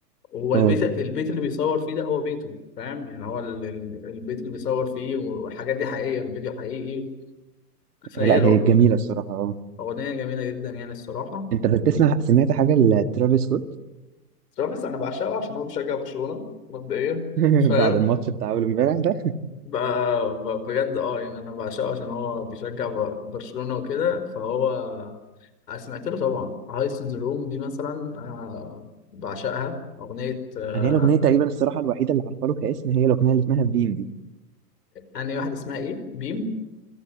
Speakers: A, on the left; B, on the right.
A: هو البيت
B: اه
A: البيت اللي بيصور فيه ده هو بيته فاهم يعني هو ال- ال- البيت اللي بيصور فيه والحاجات دي حقيقية الفيديو حقيقي فهي
B: لا
A: الأغ-
B: هي جميلة الصراحة اه
A: الأغنية جميلة جدا يعني الصراحة
B: انت بتسمع
A: ب-
B: سمعت حاجة لترافيس سكوت
A: ترافيس انا بعشقه عشان هو بيشجع برشلونة مبدئيا
B: <laughs>
A: فاهم
B: بعد الماتش بتاع اول امبارح ده
A: ب- ب- بجد اه يعني أنا بعشقه عشان هو بيشجع ب- برشلونة وكده فهو سمعت له طبعا هايس ان ذا روم دي مثلا أنا بعشقها أغنية آه،
B: انا هي الاغنية تقريبا الصراحة الوحيدة اللي عارفة له كاسم هي الاغنية اللي اسمها فين دي
A: أنهي واحدة اسمها إيه؟ بيم